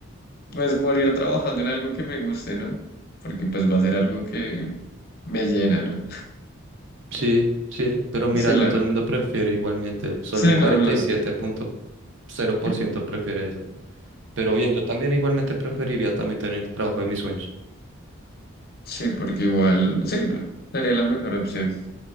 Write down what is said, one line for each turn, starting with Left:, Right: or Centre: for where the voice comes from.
Left: pues, morir trabajando en algo que me guste, ¿no? Porque pues va a ser algo que me llena, ¿no?
Right: Sí, sí, pero mira,
Left: Sí, la.
Right: no todo el mundo prefiere igualmente, solo
Left: Sí,
Right: el cuarenta
Left: no, no.
Right: y siete punto cero
Left: Y-
Right: por ciento prefiere esa. Pero bien, yo también igualmente preferiría también tener el trabajo de mis sueños.
Left: Sí, porque igual, sí, no. Sería la mejor opción.